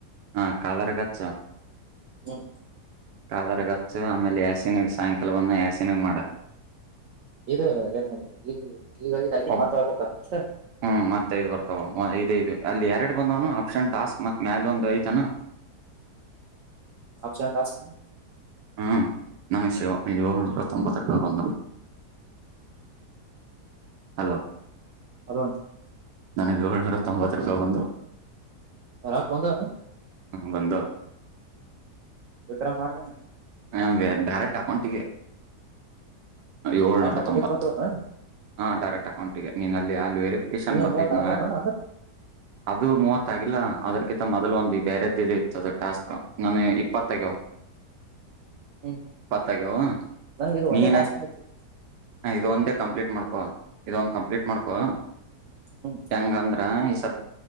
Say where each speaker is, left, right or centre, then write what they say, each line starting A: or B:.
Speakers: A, on the right; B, on the right.
A: ಹಾ ಕಾದಾರ್ ಗಚ್ಚು
B: ಹ್ಮ್
A: ಕಾದಾರ್ ಗಚ್ಚು ಆಮೇಲೆ ಎಸಿನ ಸಾಯಂಕಾಲ ಬಂದ ಯಸಿನಾಗ ಮಾಡ
B: ಇದು ಏ ಈ ಈಗ ಇದಾಗಿನ
A: ಒಬ್
B: ಮಾತಾಡ್ ಕೊಡ್ತಾರನೆ ಅ
A: ಹ್ಮ್ ಮತ್ತೆ ಇದು ಬರ್ತಾವ ಇದ ಇದು ಅಲ್ಲಿ ಎರಡು ಬಂದವನು ಆಪ್ಷನ್ ಟಾಸ್ಕ್ ಮತ್ ಮ್ಯಾಲ ಒಂದು ಐತಾನ
B: ಆಪ್ಷನ್ ಟಾಸ್ಕನು
A: ಹ್ಮ್ ನನಗೆ ಶಿವ ಏಳ್ನೂರ ತೊಂಬತ್ತ ರೂಪ ಬಂದರು ಅಲೋ
B: ಹಣ
A: ನನಗೆ ಏಳ್ನೂರ ತೊಂಬತ್ತ ರುಪಾಯಿ ಬಂದವು
B: ರೊಕ್ಕ ಬಂದವೇನು
A: ಬಂದು
B: ವಿಡ್ರಾ ಮಾಡ್ದೇನ
A: ನಮ್ಗೆ ಡಾರೆಕ್ಟ್ ಅಕೌಂಟಿಗೆ ಏಳ್ನೂರ
B: ಡೈರೆಕ್ಟ್ ಅಕೌಂಟಿಗೆ
A: ತೊಂಬತ್ತು
B: ಬಂದವ್ ಎನು
A: ಹಾ ಡೈರೆಕ್ಟ್ ಅಕೌಂಟ್ಗೆ ನೀನಲ್ಲಿ ಅಲ್ಲಿ ವೆರಿಫಿಕೇಶನ್
B: ಇನ್ನು
A: ಬರ್ತೈತಿ
B: ಮೂವತ್ತು ಆದವನ ಅಣ್ಣ ಅಂದ್ರೆ
A: ಅದು ಮೂವತ್ತ ಆ ಇಲ್ಲ ಅದ್ರಕಿಂತ ಮೊದಲು ಒಂದು ಬೇರೆದ್ದ ಇತ್ತದ ಟಾಸ್ಕ್ ನಾನ ಇಪ್ಪತ್ತು ಆಗ್ಯಾವ
B: ಹ್ಮ್
A: ಇಪ್ಪತ್ತು ಆಗ್ಯಾವ
B: ನನಗೆ ಇದು ಒಂದೇ
A: ನೀ ಏನ್
B: ಟಾಸ್ಕ್ ಬಂದೈತಿ
A: ಇದ್ ಒಂದೇ ಕಂಪ್ಲೀಟ್ ಇದ ಒಂದ ಕಂಪ್ಲೀಟ್ ಮಾಡ್ಕೊ
B: ಹ್ಮ್
A: ಹೆಂಗ ಅಂದ್ರ ಸ